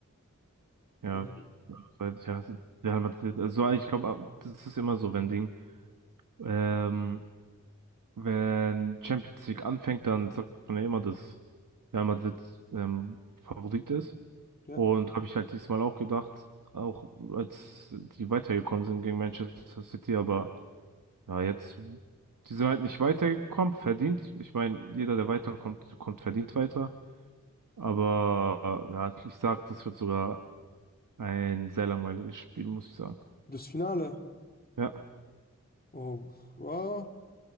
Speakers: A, on the right (about 85°); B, on the left (about 30°).
A: ja,
B: äh,
A: weil- ja Real Madrid. Also ich glaube, das ist immer so, wenn Ding, ähm, wenn Champions League anfängt, dann sagt man ja immer, dass Real Madrid ähm, Favorit ist.
B: ja,
A: Und habe ich halt diesmal auch gedacht, auch als die weitergekommen sind gegen Manchester City, aber Ja, jetzt, die sind halt nicht weitergekommen, verdient. Ich meine, jeder, der weiterkommt, kommt verdient weiter. Aber äh, ja, ich sag, das wird sogar ein sehr langweiliges Spiel, muss ich sagen.
B: das Finale.
A: Ja.
B: Oh, ja,